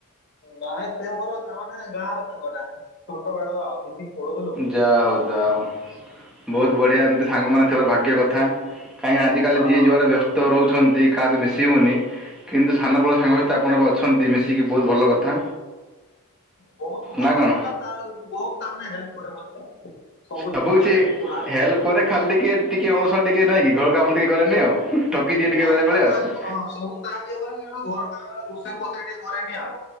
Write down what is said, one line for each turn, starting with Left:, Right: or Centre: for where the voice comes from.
Left: ଗାଁ ସେ ମୋର ତା ମାନେ ଗାଁ ର ସାଙ୍ଗଟା। ଛୋଟ ବେଳ ଆଉ ମିଶିକି ପଢୁଥିଲୁ।
Centre: ଯାହା ହଉ ଯାହା ହଉ
Left: ହଁ
Centre: ବହୁତ ବଢ଼ିଆ ଏମିତି ସାଙ୍ଗମାନେ ଥିବାର ଭାଗ୍ୟ କଥା। କାହିଁକିନା ଆଜିକାଲି
Left: ହଁ
Centre: ଯିଏ ଯୁଆଡେ ବ୍ୟସ୍ତ ରହୁଛନ୍ତି। କାହା ସହିତ ମିଶି ହଉନି କିନ୍ତୁ ସାନବେଳ ସାଙ୍ଗସାଥି ତ ଆପଣ ଏବେ ଅଛନ୍ତି ମିଶିକି ବହୁତ ଭଲ କଥା।
Left: ବହୁତ ମୋ
Centre: ନା
Left: ସାଙ୍ଗ
Centre: କ'ଣ
Left: ଟା ତା ବହୁତ ତାମାନେ ହେଲ୍ପ କରେ ମତେ।
Centre: ସବୁ
Left: ଜିନିଷରେ
Centre: କିଛି
Left: ପଢାପଢି
Centre: ହେଲ୍ପ କରେ।
Left: ହୁଁ
Centre: ଖାଲି ଟିକେ ଟିକେ ଅଳସୁଆ ଟିକେ ନାଇଁ କି ଘର କାମ ଟିକେ କରେନି ଆଉ। ଠକି ଦିଏ ଟିକେ ବେଳେବେଳେ
Left: ସବୁ
Centre: ଆଉ।
Left: ହଁ ସବୁ ସାହାଯ୍ୟ କରେ। କିନ୍ତୁ ଆମ ଘର କାମ ବେଳେ ରୋଷେଇ ଫୋଷେଇ ଟିକେ କରେନି ଆଉ।